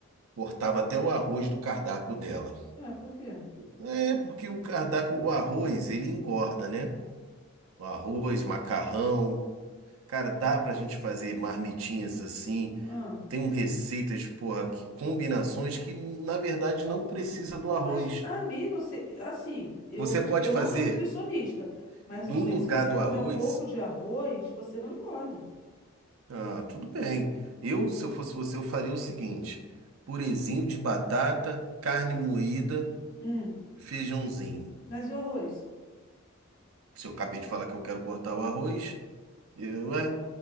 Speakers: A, on the right; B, on the left.
A: Cortava até o arroz do cardápio dela.
B: Ué, por quê?
A: É, porque o cardápio, o arroz, ele engorda, né? O arroz, macarrão. Cara, dá pra gente fazer marmitinhas assim.
B: Ah.
A: Tem um receitas, porra, que combinações que na verdade não precisa do
B: Ué,
A: arroz.
B: mas, amigo, você- assim, eu
A: Você
B: vou
A: pode
B: te- eu
A: fazer
B: não sou nutricionista, mas
A: no
B: eu sei
A: lugar
B: que se você
A: do
B: comer
A: arroz.
B: um pouco de arroz, você não engorda.
A: Ah, tudo bem. Eu, se eu fosse você, eu faria o seguinte: purezinho de batata, carne moída,
B: Hum,
A: feijãozinho.
B: mas e o arroz?
A: Se eu acabei de falar que eu quero cortar o arroz. Eu, ué,